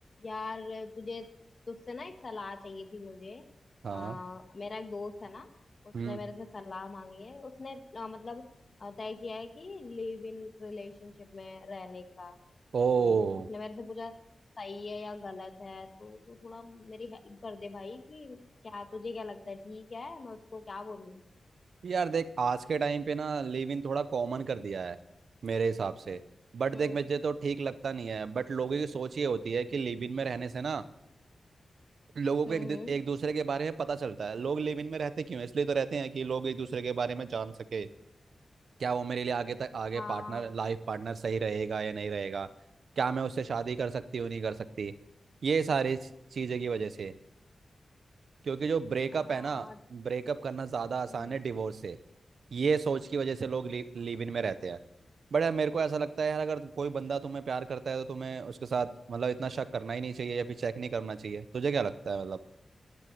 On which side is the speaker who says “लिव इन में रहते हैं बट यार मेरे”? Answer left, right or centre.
Right